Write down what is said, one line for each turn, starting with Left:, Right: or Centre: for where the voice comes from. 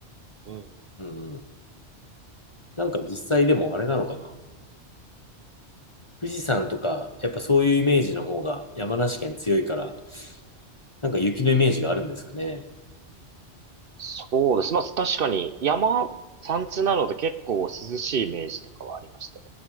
Right: うん。
Left: うんうん。なんか実際でもあれなのかな。富士山とか、やっぱそういうイメージの方が山梨県強いから、なんか雪のイメージがあるんですかね。
Right: そうです。まあ確かに山、山地なので結構涼しいイメージとかはありましたね。